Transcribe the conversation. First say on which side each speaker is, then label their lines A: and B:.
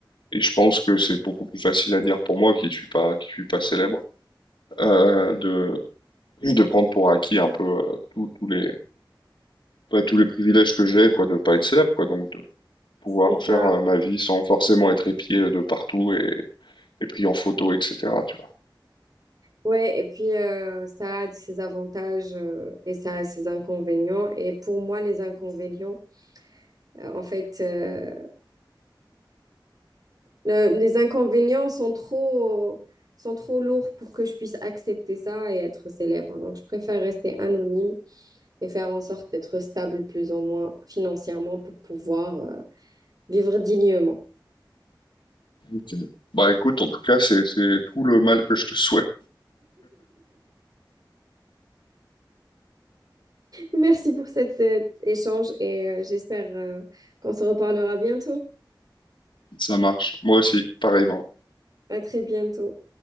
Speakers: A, on the left; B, on the right.
A: Et je pense que c'est beaucoup plus facile à dire pour moi qui suis pas, qui suis pas célèbre, euh, de, de prendre pour acquis un peu euh, tous tous les pas tous les privilèges que j'ai, quoi, de pas être célèbre, quoi, donc de pouvoir
B: C'est
A: faire
B: ça.
A: euh, ma vie sans forcément être épié de partout et, et pris en photo, etc. Tu vois.
B: Ouais, et puis euh, ça a ses avantages euh, et ça a ses inconvénients. Et pour moi, les inconvénients, euh, en fait, euh, le- les inconvénients sont trop, sont trop lourds pour que je puisse accepter ça et être célèbre. Donc, je préfère rester anonyme et faire en sorte d'être stable plus ou moins financièrement pour pouvoir euh, vivre dignement.
A: Okay. Bah écoute, en tout cas, c'est c'est tout le mal que je te souhaite.
B: Merci pour cet euh, échange et euh, j'espère euh, qu'on se reparlera bientôt.
A: Ça marche. Moi aussi, pareillement.
B: À très bientôt.